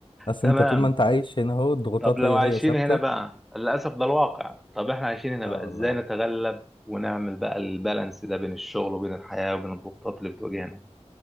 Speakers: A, on the left (about 45°); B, in the centre.
A: اصل
B: تمام
A: انت طول ما انت عايش هنا هو الضغوطات
B: طب لو
A: هي
B: عايشين
A: هي ثابته
B: هنا بقى للأسف ده الواقع طب احنا عايشين هنا
A: اه
B: بقى
A: والله
B: ازاي نتغلب ونعمل بقى البالانس ده بين الشغل وبين الحياة وبين الضغوطات اللي بتواجهنا